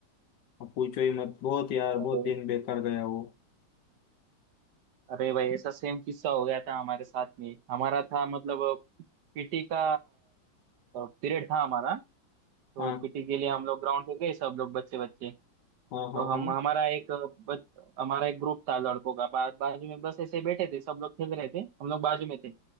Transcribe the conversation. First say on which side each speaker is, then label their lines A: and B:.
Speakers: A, on the left; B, on the right.
A: अब पूछो ही मत बहुत यार बहुत
B: अरे
A: दिन बेकार गया वो
B: अरे भाई ऐसा सेम किस्सा हो गया था हमारे साथ में हमारा था मतलब पीटी का पीरियड था हमारा तो
A: हाँ
B: पीटी के लिए हम लोग ग्राउंड पे गए सब लोग बच्चे बच्चे
A: हाँ हाँ
B: तो हम
A: हाँ
B: हमारा एक बच हमारा एक ग्रुप था लड़कों का बा, बाजू में बस ऐसे ही बैठे थे सब लोग खेल रहे थे हम लोग बाजू में थे